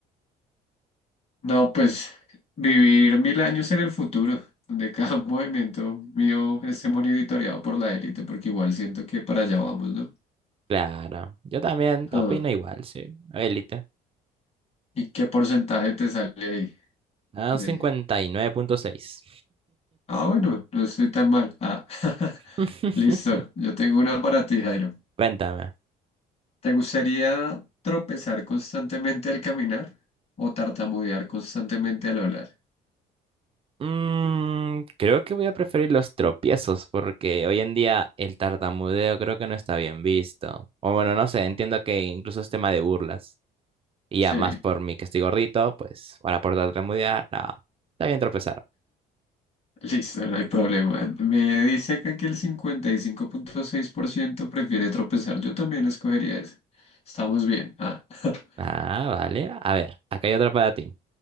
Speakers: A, on the left (about 40°); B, on the right (about 35°).
A: No, pues vivir mil años en el futuro, donde cada <laughs> movimiento mío esté monitoreado por la élite, porque igual siento que para allá vamos, ¿no?
B: Claro, yo también
A: Ah,
B: opino igual, sí. Élite.
A: ¿Y qué porcentaje te sale ahí?
B: Ah,
A: De...
B: un cincuenta y nueve punto seis.
A: Ah, bueno, no estoy tan mal. Ah. <laughs>
B: <laughs>
A: Listo, yo tengo una para ti, Jairo.
B: Cuéntame.
A: ¿Te gustaría tropezar constantemente al caminar o tartamudear constantemente al hablar?
B: Mm, creo que voy a preferir los tropiezos porque hoy en día el tartamudeo creo que no está bien visto. O bueno, no sé, entiendo que incluso es tema de burlas. Y
A: Sí,
B: ya más por mí que estoy gordito, pues ahora por tartamudear, no, está bien tropezar.
A: listo, no hay problema. Me dice acá que el cincuenta y cinco punto seis por ciento prefiere tropezar. Yo también escogería ese. Estamos bien. Ah, <laughs>
B: Ah, vale. A ver, acá hay otra para ti.